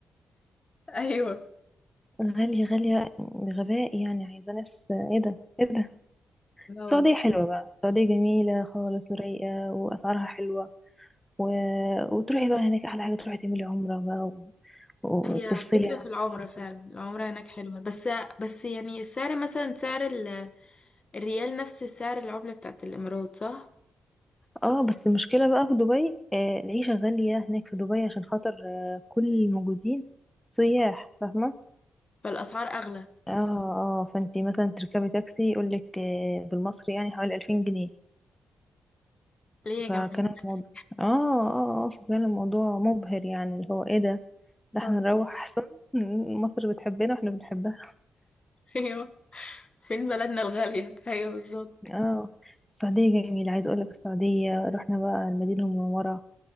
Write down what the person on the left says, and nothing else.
ايوه
لا
هي فكرة
في
العمرة فعلا
العمرة هناك حلوة بس بس يعني السعر مثلا سعر ال- الريال نفس سعر العملة بتاعت الإمارات صح؟
فالأسعار أغلى
ليه يا جماعة
ده
تاكسي
<laughs>
أيوه فين بلدنا الغالية أيوه بالظبط